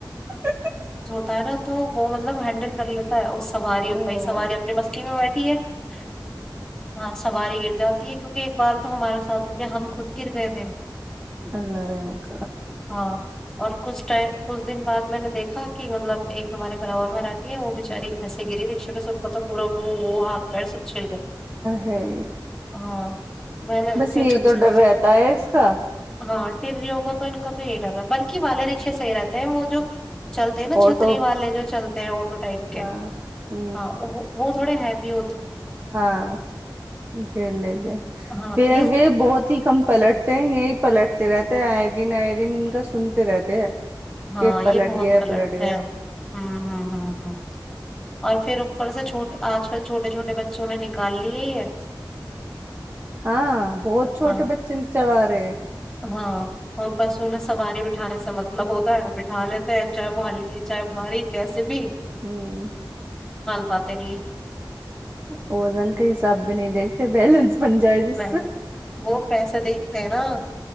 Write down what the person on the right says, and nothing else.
<unintelligible>
او
اللہار مک
ہے
بس یہی تو
ڈر رہتا ہے اس کا
آٹو
ہاں ہ
ہاں جھیل لیتے
بہت ہی کم پلٹتے ہیں یہی پلٹتے رہتے آئے دن آئے دن ان کا سنتے رہتے کہ
پلٹ
گیا
پلٹ گیا
ہاں بہت چھوٹے
بچے چلا رہے تے
ہوں
وزن کا حساب بھی نہیں دیکھتے بیلنس بن جائے جس
سے